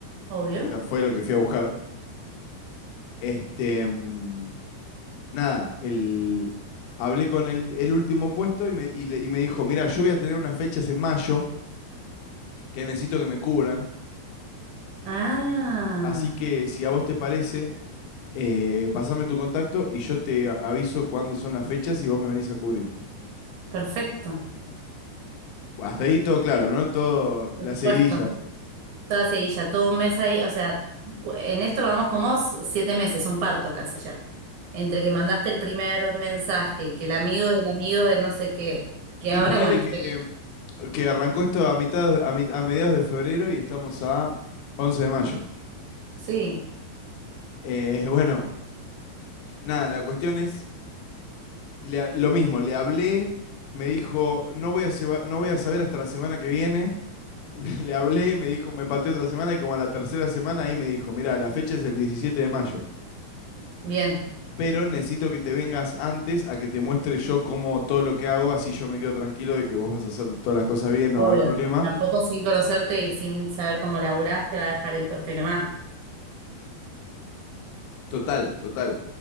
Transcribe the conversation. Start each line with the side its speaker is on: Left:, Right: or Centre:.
Right: Obvio.
Left: o sea, fue lo que fui a buscar. Este, mm, nada, el, hablé con el, el último puesto y me, y le- y me dijo, mira, yo voy a tener unas fechas en mayo que necesito que me cubran.
Right: Ah,
Left: Y- Así que si a vos te parece, eh, pasame tu contacto y yo te a- aviso cuándo son las fechas y vos me venís a cubrir.
Right: perfecto.
Left: Bueno, Hasta ahí todo claro, ¿no? Todo
Right: Por
Left: la
Right: supuesto.
Left: seguidilla.
Right: Toda seguilla, todo un mes ahí. O sea, cu- en esto vamos como s- siete meses, un parto casi ya. Entre que mandaste el primer mensaje, que el amigo del amigo del no sé qué, que
Left: Y
Right: ahora,
Left: ponele
Right: bueno,
Left: que,
Right: llega-
Left: que arrancó esto a mitad, a, mi- a mediados de febrero y estamos a 11 de mayo.
Right: Sí.
Left: Eh, bueno, nada, la cuestión es le ha- lo mismo, le hablé, me dijo, no voy a, seba- no voy a saber hasta la semana que viene. <laughs> Le hablé, me dijo, me pateó otra semana y como a la tercera semana ahí me dijo, mira, la fecha es el 17 de mayo.
Right: Bien,
Left: pero necesito que te vengas antes a que te muestre yo cómo todo lo que hago, así yo me quedo tranquilo de que vos vas a hacer todas las cosas bien, no
Right: obvio.
Left: va a haber problema.
Right: Tampoco sin conocerte y sin saber cómo laburás te va a dejar el puesto y nomás.
Left: Total, total.